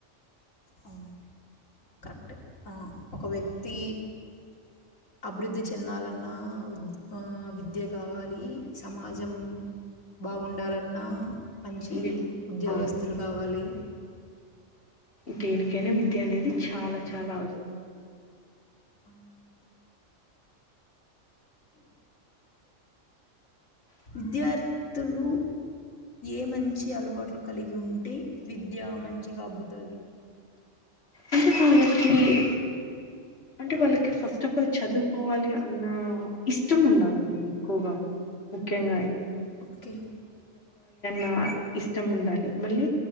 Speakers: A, on the left; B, on the left.
A: అవునండి కరెక్టే ఆ ఒక వ్యక్తి
B: ఉమ్,
A: అభివృద్ధి చెందాలన్నా ఆ విద్య కావాలి సమాజం బాగుండాలన్నా మంచి
B: వి-
A: ఉద్యోగస్తులు
B: అవును
A: కావాలి
B: దేనికైనా విద్య అనేది చాలా చాలా అవసరం
A: అవునండి ఓకే విద్యార్థులు ఏ మంచి అలవాట్లు కలిగి ఉంటే విద్య మంచిగా అబ్బుతది
B: అంత కాాలకి <unintelligible> అంటే వాళ్ళకి ఫస్ట్ ఆఫ్ ఆల్ చదువుకోవాలి అన్న ఇష్టం ఉండాలండి ఎక్కువగా ముఖ్యంగా అయితే
A: ఓకే
B: నా ఇష్టం ఉండాలి మళ్ళీ